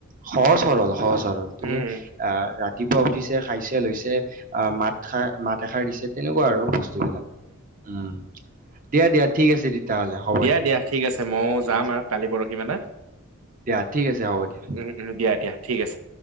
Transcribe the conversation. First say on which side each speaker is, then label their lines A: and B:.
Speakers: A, on the right; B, on the right.
A: সহজ সৰল সহজ সৰল তুমি
B: উম
A: আহ ৰাতিপুৱা উঠিছে খাইছে লৈ মাতাৰ মাত এষাৰ দিছে তেনেকুৱা আৰু বস্তু বিলাক উম দিয়া দিয়া ঠিক আছে তেতিয়াহ'লে হ'ব
B: দিয়া দিয়া ঠিক আছে ময়ো
A: ঠিক
B: যাম
A: আছে
B: আৰু কালি পৰহি মানে
A: দিয়া ঠিক আছে হ'ব দিয়া।
B: উম উম দিয়া দিয়া ঠিক আছে